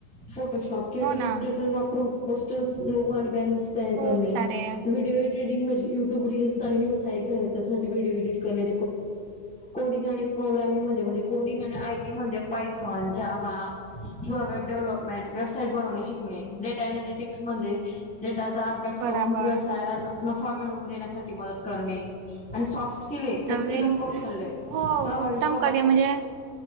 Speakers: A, in the centre; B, on the right.
A: फोटोशॉप किंवा
B: हो
A: एडिस्ट्रेटर
B: ना.
A: वापरून पोस्टर्स लोगॉस आणि बॅनर् शेअर
B: खूप
A: करणे
B: सारे.
A: व्हिडिओ ट्रेडिंग म्हणे युट्यूब रीलस आणि व्हीव्स आणि जाहिराती आहेत त्यासाठी व्हिडीओ इडीट करणे कोडिंगा आणि प्रोग्रामिंग म्हणजे म्हणजे कोडिंगा आणि आयडी म्हणजे पायथॉन जावा किंवा वेब डेव्हलपमेंट वेबसाइट बनवणे शिकणे डेटा अनलिटिक्स मध्ये डेटाचा अभ्यास
B: बरोबर.
A: करून व्यवसायाला नफा मिळवून देण्यासाठी मदत करणे आणि सॉफ्ट केले व्यक्तिगत
B: नवीन
A: कौशल्य
B: हो,
A: प्रभावी
B: उत्तम
A: सत
B: करिअर म्हणजे